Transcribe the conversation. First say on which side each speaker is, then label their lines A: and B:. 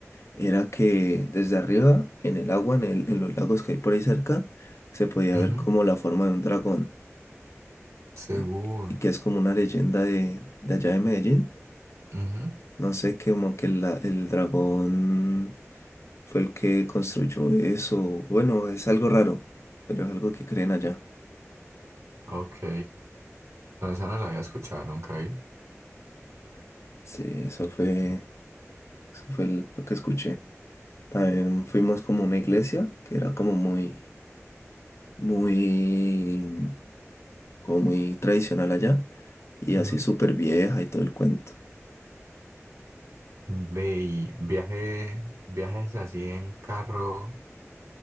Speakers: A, on the left; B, on the right.
A: Era que desde arriba, en el agua, en el, en los lagos que hay por ahí cerca, se podía
B: Ujú.
A: ver como la forma de un dragón.
B: Seguro.
A: Y, y que es como una leyenda de, de allá de Medellín
B: Ujú.
A: No sé, que como que la- el dragón fue el que construyó eso. Bueno, es algo raro, pero es algo que creen allá.
B: Ok. No, esa no la había escuchado nunca ahí.
A: Sí, eso fue, eso fue el- lo que escuché. También fuimos como a una iglesia que era como muy, muy, como muy tradicional allá y
B: Ujú.
A: así súper vieja y todo el cuento.
B: Ve y viaje, viajes así en carro.